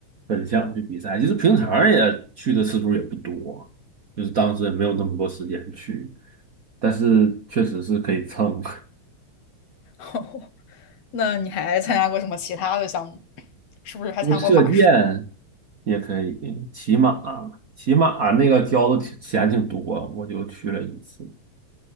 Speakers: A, on the right; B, on the left.
A: 很想去比赛。其实平常也去的次数也不多，就是当时也没有那么多时间去，但是确实是可以蹭，<laughs>
B: <laughs> 那你还参加过什么其他的项目？是不是还参加过马术？
A: 就是射箭也可以，骑马，骑马那个交的挺钱挺多，我就去了一次。